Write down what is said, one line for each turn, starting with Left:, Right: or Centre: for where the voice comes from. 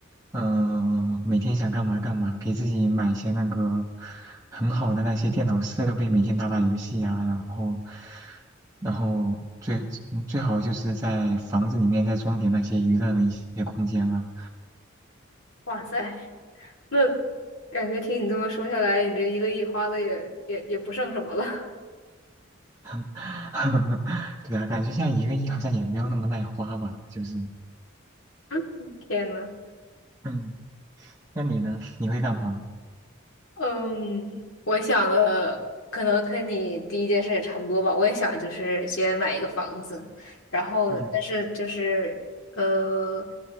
Right: 嗯、每天想干嘛干嘛，给自己买一些那个很好的那些电脑设备，每天打打游戏呀。然后，然后最嗯最好就是在房子里面再装点那些娱乐的一些空间啊。
Left: 哇塞 <laughs>，那感觉听你这么说下来，你这一个亿花的也也也不剩什么了。
Right: <laughs> 对啊，感觉现在一个亿好像也没有那么耐花吧，就是，
Left: <laughs> 天呐！
Right: 嗯，那你呢？你会干嘛？
Left: 嗯，我想的可能跟你第一件事也差不多吧。我也想就是先买一个房子，然后但是就是呃，
Right: 嗯。